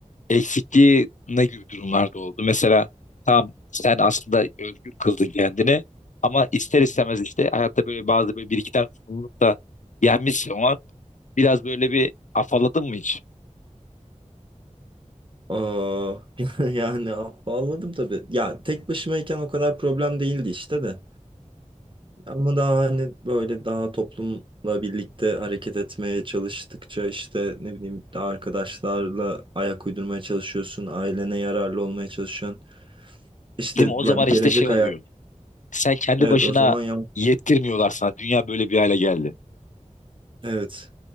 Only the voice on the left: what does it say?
eksikliği ne gibi durumlarda oldu? Mesela tam sen aslında özgür kıldın kendini ama ister istemez işte hayatta böyle bazı böyle bir iki tane sorumluluk da gelmiş ama biraz böyle bir afalladın mı hiç?
Değil mi? O zaman
işte şey oluyor.
Sen kendi
başına
yettirmiyorlar sana. Dünya böyle bir hale geldi.